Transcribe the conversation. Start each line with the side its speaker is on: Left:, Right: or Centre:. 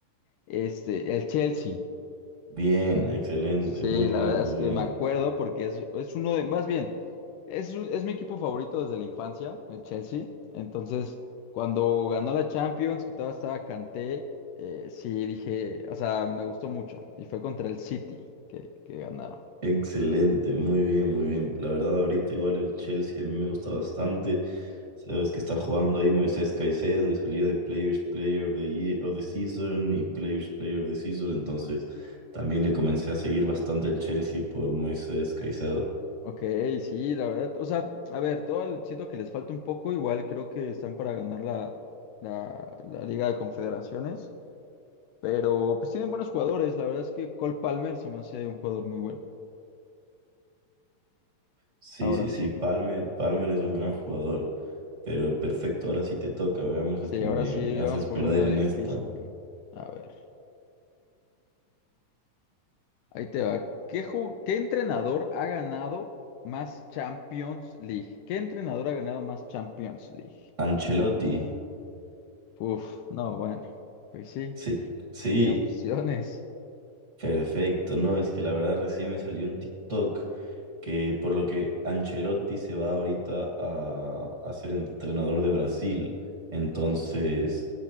Left: Este, el Chelsea.
Right: Bien, excelente,
Left: Sí,
Right: muy
Left: la
Right: bien,
Left: verdad
Right: muy
Left: es que
Right: bien.
Left: me acuerdo porque es, es uno de, más bien, es, un- es mi equipo favorito desde la infancia, el Chelsea. Entonces, cuando ganó la Champions, que todavía estaba Kanté, eh, sí dije, o sea, me gustó mucho. Y fue contra el City que, que ganaron.
Right: Excelente, muy bien, muy bien. La verdad, ahorita igual el Chelsea a mí me gusta bastante. Sabes que está jugando ahí Moisés Caicedo y salía de Players Player of the Year, of the Season y Players Player of the Season. Entonces, también le comencé a seguir bastante el Chelsea por Moisés Caicedo.
Left: Ok, sí, la verdad, o sea, a ver, todo el- siento que les falta un poco, igual creo que están para ganar la, la, la Liga de Confederaciones, pero pues tienen buenos jugadores, la verdad es que Cole Palmer se me hace un jugador muy bueno.
Right: Sí,
Left: Ahora
Right: sí,
Left: sí.
Right: sí. Palmer, Palmer es un gran jugador, pero perfecto. Ahora sí te toca. Veamos, es
Left: Sí,
Right: que
Left: ahora
Right: me,
Left: sí
Right: me haces
Left: vamos por
Right: perder
Left: una
Right: en
Left: difícil.
Right: esta.
Left: A ver, ahí te va. ¿Qué, ju- qué entrenador ha ganado más Champions League? ¿Qué entrenador ha ganado más Champions League?
Right: Ancelotti.
Left: Uf, no, bueno, pues sí,
Right: Sí, sí,
Left: ni opciones.
Right: perfecto. No, es que la verdad recién me salió un TikTok que por lo que Ancelotti se va ahorita a, a ser entrenador de Brasil. Entonces,